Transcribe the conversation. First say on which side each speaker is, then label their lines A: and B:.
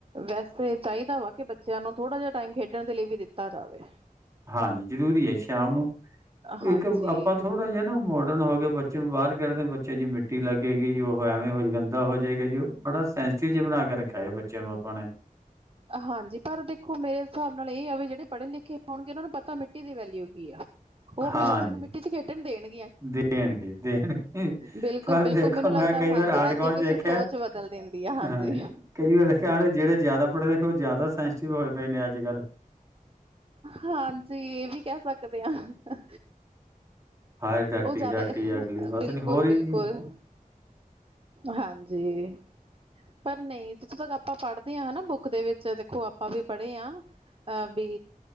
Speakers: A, on the right; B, on the right.
A: ਵੈਸੇ ਚਾਹੀਦਾ ਵਾ ਕਿ ਬੱਚਿਆਂ ਨੂੰ ਥੋੜਾ ਜਿਹਾ ਟਾਈਮ ਖੇਡਣ ਦੇ ਲਈ ਵੀ ਦਿੱਤਾ ਜਾਵੇ।
B: ਹਾਂਜੀ ਜ਼ਰੂਰੀ ਹੈ ਸ਼ਾਮ ਨੂੰ
A: ਹਾਂਜੀ।
B: ਇੱਕ ਆਪਾਂ ਥੋੜਾ ਜਿਹਾ ਨਾ ਮੋਡਰਨ ਹੋ ਕੇ ਬੱਚੇ ਨੂੰ ਬਾਹਰ ਕਢਦੇ ਬੱਚੇ ਜੇ ਮਿੱਟੀ ਲੱਗੇਗੀ। ਉਹ ਐਵੇਂ ਹੋ ਗੰਦਾ ਹੋ ਜਾਏਗਾ ਜੀ ਉਹ ਬੜਾ ਸੈਂਸਟਿਵ ਜਿਹਾ ਬਣਾ ਕੇ ਰੱਖਿਆ ਬੱਚਿਆਂ ਨੂੰ ਆਪਾਂ ਨੇ
A: ਹਾਂਜੀ ਪਰ ਦੇਖੋ ਮੇਰੇ ਹਿਸਾਬ ਨਾਲ ਇਹ ਆ ਵੀ ਜਿਹੜੇ ਪੜ੍ਹੇ ਲਿਖੇ ਹੋਣਗੇ ਉਹ ਨੂੰ ਪਤਾ ਮਿੱਟੀ ਦੀ ਵੈਲਿਊ ਕੀ ਆ। ਉਹ ਆਪਣੇ
B: ਹਾਂਜੀ
A: ਬੱਚੇ ਨੂੰ ਮਿੱਟੀ ਚ ਖੇਡਣ ਦੇਣਗੇ।
B: ਦੇਣਗੇ ਦੇਣਗੇ
A: ਬਿਲਕੁਲ
B: ਪਰ
A: ਬਿਲਕੁਲ
B: ਦੇਖੋ
A: ਮੈਨੂੰ
B: ਮੈਂ
A: ਲੱਗਦਾ
B: ਕਈ
A: ਹਾਂਜੀ
B: ਵਾਰ ਆਰਡ
A: ਐਜੂਕੇਸ਼ਨ
B: ਗੁਆਂਢ ਚ ਦੇਖਿਆ
A: ਸੋਚ ਬਦਲ ਦਿੰਦੀ ਆ ਹਾਂਜੀ।
B: ਹਾਂ ਕਈ ਵਾਰ ਦੇਖਿਆ ਜਿਹੜੇ ਜ਼ਿਆਦਾ ਪੜ੍ਹੇ ਲਿਖੇ ਉਹ ਜ਼ਿਆਦਾ ਸੈਂਸਟਿਵ ਹੋਏ ਪਏ ਨੇ ਅੱਜ ਕੱਲ੍ਹ
A: ਹਾਂਜੀ ਇਹ ਵੀ ਕਹਿ ਸਕਦੇ ਹਾਂ।
B: ਹਾਏ ਡਾਟੀ
A: ਉਹ ਜ਼ਿਆਦਾ
B: ਡਾਟੀ ਅਗਲੀ ਪਤਾ
A: ਬਿਲਕੁਲ
B: ਨੀ ਹੋਰ
A: ਬਿਲਕੁਲ
B: ਹੀ
A: ਹਾਂਜੀ। ਪਰ ਨਹੀਂ ਜਿੱਥੋਂ ਤੱਕ ਆਪਾਂ ਪੜ੍ਹਦੇ ਹਾਂ ਹਨਾ ਬੁੱਕ ਦੇ ਵਿੱਚ ਦੇਖੋ ਆਪਾਂ ਵੀ ਪੜ੍ਹੇ ਹਾਂ ਅਹ ਵੀ